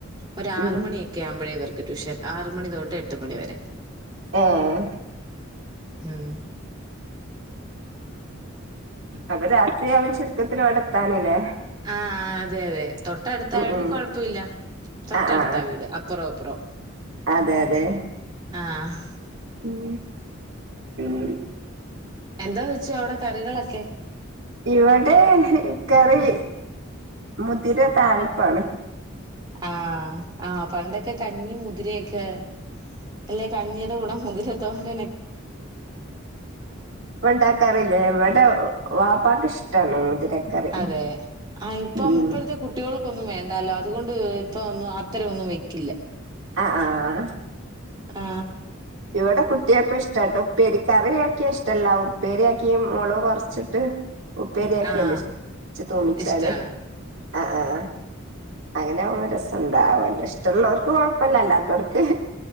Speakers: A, on the right; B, on the right.
A: ഒരാറു
B: ഉം
A: മണിയൊക്കെ ആവുമ്പോഴാ ഇവർക്ക് ട്യൂഷൻ ആറ് മണി തോട്ട് എട്ട് മണിവരെ
B: ആഹ്
A: ഉം
B: അപ്പൊ രാത്രിയാവും ചുരുക്കത്തിൽ ഇവിടെ എത്താനല്ലേ
A: ആഹ് അതെ അതെ തൊട്ടടുത്തായൊണ്ട്
B: ഉം ഉം
A: കൊഴപ്പമില്ല തൊട്ടടുത്താ
B: ആ ആ
A: വീട് അപ്പുറോം അപ്പുറോം
B: അതെ അതെ
A: ആഹ്
B: ഉം ഉം
A: എന്താ വെച്ചു അവിടെ കറികളൊക്കെ
B: ഇവിടെ കറി മുതിര താളിപ്പാണ്
A: ആഹ് ആഹ് പണ്ടൊക്കെ കഞ്ഞി മുതിരൊക്കെ അല്ലെ കഞ്ഞീടെ കൂടെ മുതിര തോര
B: വണ്ടാ റില്ലേ എവിടെ വാപ്പക്ക് ഇഷ്ടാണ് മുതിരക്കറി
A: അതെ ആഹ് ഇപ്പം
B: ഉം
A: ഇപ്പഴത്തെ കുട്ടികൾക്ക് ഒന്നും വേണ്ടല്ലോ അതുകൊണ്ട് ഇപ്പം ഒന്നും അ അത്രൊന്നും വെക്കില്ല
B: അ ആഹാ
A: അ
B: ഇവിടെ കുട്ടികൾക്കും ഇഷ്ടാട്ടോ ഉപ്പേരി കറിയക്കിയ ഇഷ്ടല്ല ഉപ്പേരിയാക്കി മുളക് കുറച്ചിട്ട് ഉപ്പേരിയാക്കിയല്ലോ
A: ആഹ്
B: വച്ച്‌ തോമിച്ചാല്
A: ഇഷ്ടാണ്
B: ആഹ് ആഹ് അങ്ങനാകുമ്പ രസണ്ടാവല്ലോ ഇഷ്ടള്ളോർക്ക് കൊഴപ്പല്ല അല്ലാത്തവർക്ക്